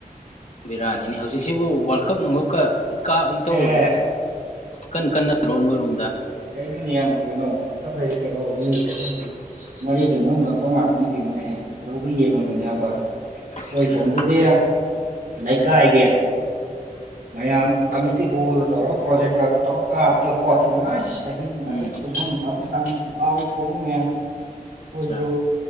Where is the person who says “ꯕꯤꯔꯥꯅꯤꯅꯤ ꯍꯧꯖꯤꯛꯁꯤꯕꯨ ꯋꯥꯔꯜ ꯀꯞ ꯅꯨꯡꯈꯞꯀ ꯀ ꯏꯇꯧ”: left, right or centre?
Left